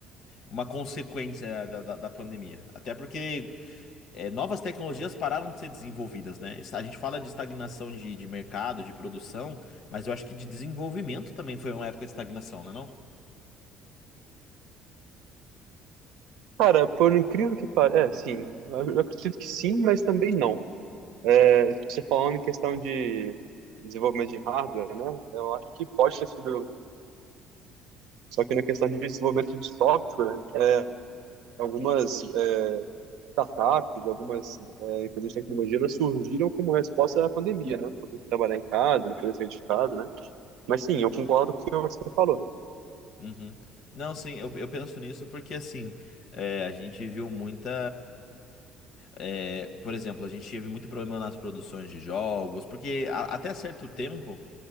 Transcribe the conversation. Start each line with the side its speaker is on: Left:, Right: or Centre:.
Left: uma consequência da, da, da pandemia. Até porque é, novas tecnologias pararam de ser desenvolvidas, né? Isso- A gente fala de estagnação de, de mercado, de produção, mas eu acho que de desenvolvimento também foi uma época de estagnação, né, não?
Right: Cara, por incrível que pareça, é, sim, eu eu acredito que sim, mas também não. É, você falando em questão de desenvolvimento de hardware, né? Eu acho que pode ter sido Só que na questão de desenvolvimento de software, é, algumas é, startups, algumas é, empresas de tecnologia elas surgiram como resposta à pandemia, né? Por ter que trabalhar em casa, não poder sair de casa, né? Mas sim, eu concordo com o que você falou.
Left: Uhum. Não, sim, eu, eu penso nisso porque assim, é, a gente viu muita. é, por exemplo, a gente teve muito problema nas produções de jogos, porque a- até certo tempo,